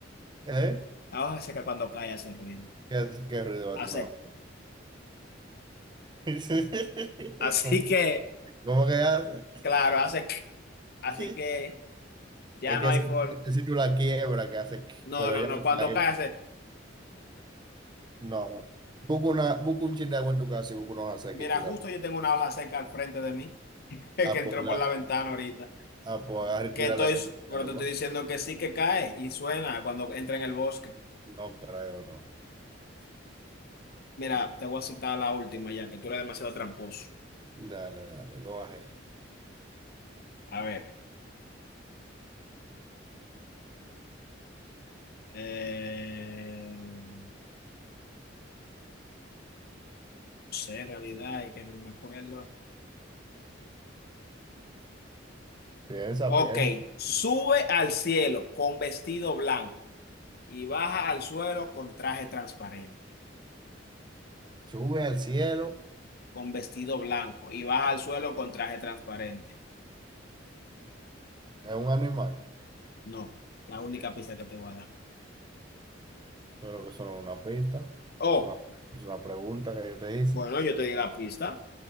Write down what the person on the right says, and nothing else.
¿Eh?
¿Qué, qué ruido
hace una hoja seca? <laughs>
¿Cómo,
cómo que hace?
<laughs>
Es
que
si,
si tú la quiebras, que hace?
Pero
ella
no
cae.
No. Busca, una, busca un chin de agua en tu casa y busca unos aceques
y tira
A
por
la,
a por agarrar y
tirar
la
agua.
No creo, no.
Dale, dale, go ahead.
Piensa,
piensa.
Sube al cielo.
Es un animal.
Pero que son una pista.
Es una, es una pregunta que yo te hice.